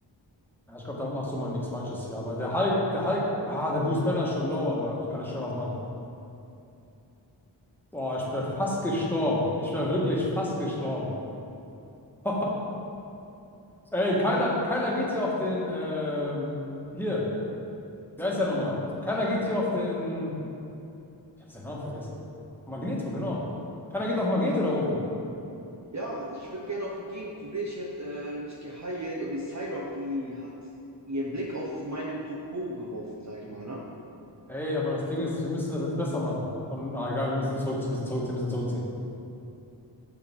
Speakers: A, in the centre; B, on the right.
A: Ja, ich glaube, da machst du mal nichts Falsches hier. Aber der Hulk, der Hulk, ah, der Bruce Banner ist schon low, aber ich kann nicht schwer was machen. Boah, ich wäre fast gestorben. Ich wäre wirklich fast gestorben. <laughs> Ey, keiner, keiner geht hier auf den, ähm, hier, wie heißt er nochmal? Keiner geht hier auf den, ich habe seinen Namen vergessen. Magneto, genau. Keiner geht auf Magneto da oben.
B: Ja, ich würde gerne auf ihn gehen. Probier, ich hätte äh, nicht geheilt und die Psylocke, die hat ihren Blick auf meinen Popo geworfen, sag ich mal, ne?
A: Ey, aber das Ding ist, wir müssen das jetzt besser machen. Und, ah, egal, wir müssen zurückziehen, bisschen zurückziehen, bisschen zurückziehen.